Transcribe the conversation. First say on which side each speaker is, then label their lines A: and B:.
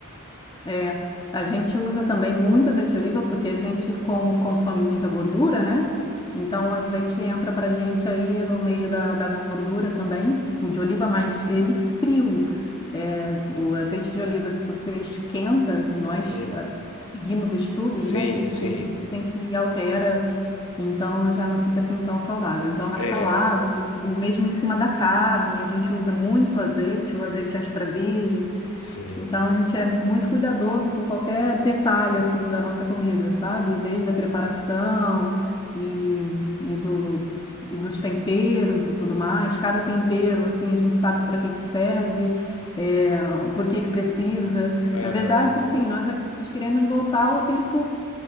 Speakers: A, on the left (about 20°); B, on the left (about 65°).
A: É, a gente usa também muito azeite de oliva porque a gente, como consome muita gordura, né? Então o azeite entra pra gente aí no meio da, da gordura também, o de oliva, mas ele frio. É, o azeite de oliva, se você esquenta, nós
B: Hum,
A: ah, seguimos estudos,
B: sim,
A: né, que,
B: sim.
A: que dizem que altera, então já não fica assim tão saudável. Então na
B: É,
A: salada, mesmo em cima da carne, a gente usa muito azeite, o azeite extra virgem.
B: sim.
A: Então a gente é muito cuidadoso com qualquer detalhe assim da nossa comida, sabe? Desde a preparação e, e do e dos temperos e tudo mais. Cada tempero assim a gente sabe para que que serve, é, por que que precisa.
B: Aham.
A: Na verdade, assim, nós, a- nós queremos voltar ao tempo,